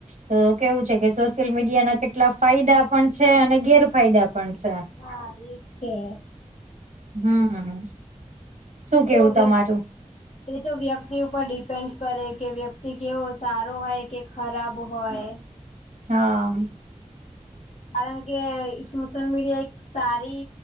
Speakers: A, on the right; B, on the left.
A: તો કેવું છે કે સોશિયલ મીડિયા ના કેટલા ફાયદા પણ છે અને ગેરફાયદા પણ છે
B: હા એજ છે
A: હમ શું
B: <unintelligible>
A: કેવું
B: તો વ્યક્ત
A: તમારું
B: એ તો વ્યક્તિ ઉપર ડિપેન્ડ કરે કે વ્યક્તિ કેવો સારો હોય કે ખરાબ હોય
A: હા
B: કારણ કે સોશિયલ મીડિયા એક સારી